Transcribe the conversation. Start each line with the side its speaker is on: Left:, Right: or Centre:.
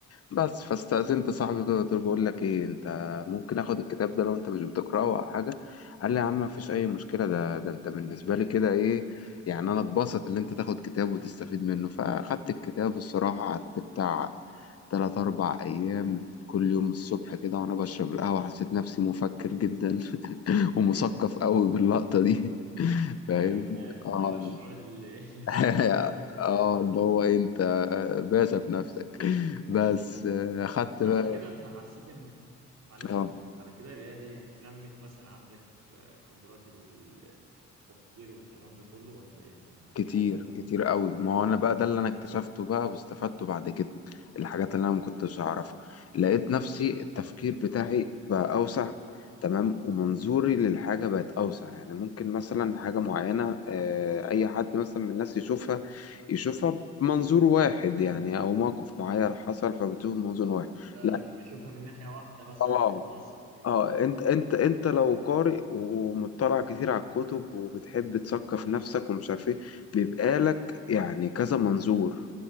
Left: بس فاستأذنت صاحبي كده قلت له بقول لك ايه انت ممكن اخد الكتاب ده لو انت مش بتقراه او حاجه قال لي يا عم مفيش اي مشكله ده ده انت بالنسبه لي كده ايه يعني انا اتبسط ان انت تاخد كتاب وتستفيد منه فاخدت الكتاب الصراحه قعدت بتاع تلات اربع ايام كل يوم الصبح كده وانا بشرب القهوه حسيت نفسي مفكر جدا <laughs> ومثقف قوي باللقطه دي <laughs> فاهم
Right: أيوه فاهم
Left: اه
Right: أيوه الشعور اللي, <laughs> اللي
Left: <laughs>
Right: بيجي جوه الواحد ده
Left: اه اللي هو إيه، انت باشا في نفسك بس آه، اخدت
Right: طب ده
Left: بقى
Right: على كده أنت حسيت إن معلش
Left: اه
Right: أقطعك على كده القراية دي يعني نمت مثلا عندك قدرات التفكير والكلام ده كله ولا إيه الدنيا؟
Left: كتير
Right: عايز أفهم
Left: كتير
Right: بس
Left: قوي ما هو انا بقى ده اللي انا اكتشفته بقى واستفدته بعد كده الحاجات اللي انا ما كنتش اعرفها لقيت نفسي التفكير بتاعي بقى اوسع تمام ومنظوري للحاجة بقت اوسع يعني ممكن مثلا حاجة معينة آه، اي حد مثلا من الناس يشوفها يشوفها بمنظور واحد يعني او موقف معين حصل فبتشوف منظور واحد
Right: آه،
Left: لا
Right: بيشوفها من ناحية واحدة مثلا
Left: اه
Right: بالمصري
Left: آه،
Right: كده
Left: اه انت انت انت لو قارئ ومطلع كتير على الكتب وبتحب تثقف نفسك ومش عارف ايه بيبقى لك يعني كذا منظور